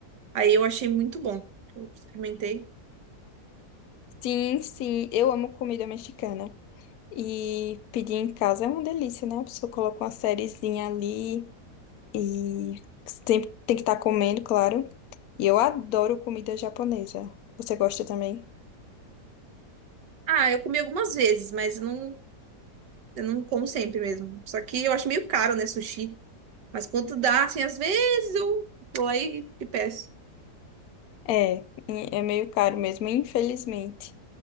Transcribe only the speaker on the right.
Aí eu achei muito bom. Eu experimentei.
Ah, eu comi algumas vezes, mas eu não, eu não como sempre mesmo. Só que eu acho meio caro, né, sushi. Mas quando dá, assim, às vezes eu vou lá e te peço.